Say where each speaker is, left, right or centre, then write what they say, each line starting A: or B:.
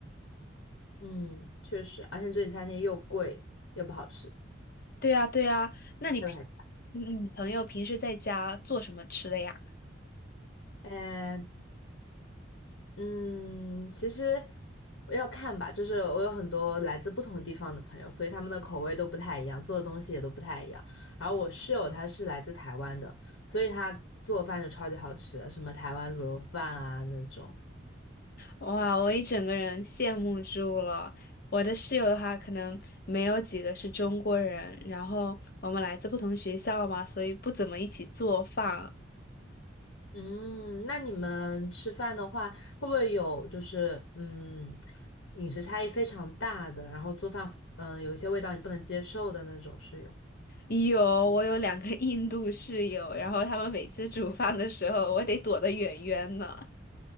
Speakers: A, on the left (about 85°); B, on the left (about 50°).
A: 嗯，确实，而且这里餐厅又贵又不好吃。
B: 对呀，对呀。那你平，
A: 还有还
B: 嗯你朋友平时在家做什么吃的呀？
A: 呃，嗯嗯，其实要看吧，就是我有很多来自不同地方的朋友，所以他们的口味都不太一样，做的东西也都不太一样。然后我室友他是来自台湾的，所以他做饭就超级好吃，什么台湾卤肉饭啊那种。
B: 哇，我一整个人羡慕住了。我的室友的话，可能没有几个是中国人，然后我们来自不同学校嘛，所以不怎么一起做饭。
A: 嗯，那你们吃饭的话，会不会有就是嗯，饮食差异非常大的，然后做饭嗯有一些味道你不能接受的那种室友？
B: 有，我有两个 <laughs> 印度室友，然后他们每次煮饭的时候，我得躲得远远的，